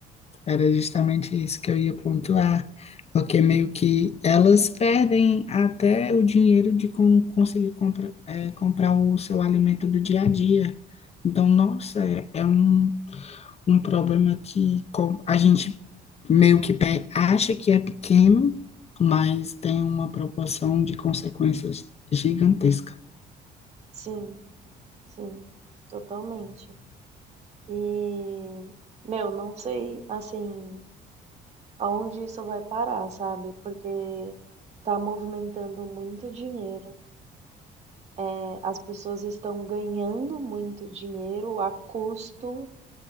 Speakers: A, on the left; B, on the right.
A: Era justamente isso que eu ia pontuar, porque meio que elas perdem até o dinheiro de como conseguir compra, é, comprar o seu alimento do dia a dia. Então, nossa, é é um um problema que co- a gente meio que pe- acha que é pequeno, mas tem uma proporção de consequências gigantesca.
B: Sim, sim, totalmente. E, meu, não sei, assim, aonde isso vai parar, sabe? Porque está movimentando muito dinheiro. né? As pessoas estão ganhando muito dinheiro a custo